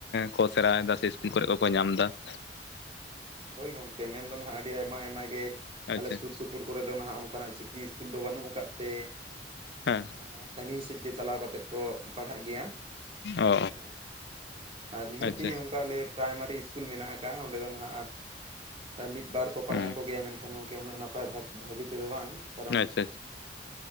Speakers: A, on the left; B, on the right.
A: ᱠᱚ ᱥᱮᱬᱟᱭ ᱫᱟ ᱥᱮ ᱤᱥᱠᱩᱞ ᱠᱚᱨᱮ ᱠᱚᱠᱚ ᱧᱟᱢ ᱮᱫᱟ ᱾
B: ᱦᱳᱭ ᱜᱚᱝᱠᱮ ᱢᱮᱱᱫᱚ ᱱᱟᱦᱟᱜ ᱟᱹᱰᱤ ᱟᱭᱢᱟ ᱟᱭᱢᱟ ᱜᱮ
A: ᱟᱪᱪᱷᱟ
B: ᱟᱞᱮ ᱥᱩᱨ ᱥᱩᱯᱩᱨᱼᱼ ᱥᱩᱯᱩᱨ ᱠᱚᱨᱮ ᱫᱚ ᱱᱟᱦᱟᱜ ᱚᱱᱠᱟᱱᱟᱜ ᱪᱤᱠᱤ ᱤᱥᱠᱩᱞ ᱫᱚ ᱵᱟᱹᱱᱩᱜ ᱟᱠᱟᱫ ᱛᱮᱼᱼ
A: ᱦᱮᱸ᱾
B: ᱱᱟᱦᱟᱜ ᱥᱟᱺᱜᱤᱧ ᱥᱮᱫ ᱜᱮ ᱪᱟᱞᱟᱣ ᱠᱟᱛᱮᱜ ᱠᱚ ᱯᱟᱲᱦᱟᱜ ᱜᱮᱭᱟ ᱾
A: ᱚ
B: ᱦᱮᱸ ᱟᱨ ᱱᱤᱦᱟ.
A: ᱟᱪᱪᱷᱟ
B: ᱛᱤ ᱚᱱᱠᱟ ᱞᱮᱼᱼ ᱯᱨᱟᱭᱢᱟᱨᱤ ᱤᱥᱠᱩᱞ ᱢᱮᱱᱟᱜ ᱟᱠᱟᱫ ᱚᱸᱰᱮ ᱫᱚ ᱱᱟᱦᱟᱜᱼᱼ ᱢᱤᱫ ᱵᱟᱨ ᱠᱚ ᱯᱟᱲᱦᱟᱣ
A: ᱦᱮᱸ
B: ᱠᱚᱜᱮᱭᱟ ᱢᱮᱱᱠᱷᱟᱱ ᱜᱚᱢᱠᱮ ᱩᱱᱟᱹᱜ ᱱᱟᱯᱟᱭ ᱵᱷᱟᱹᱜᱤ ᱛᱮᱫᱚ ᱵᱟᱝ᱾ ᱠᱟᱨᱚᱱ
A: ᱟᱪᱪᱷᱟ ᱟᱪᱷᱟ᱾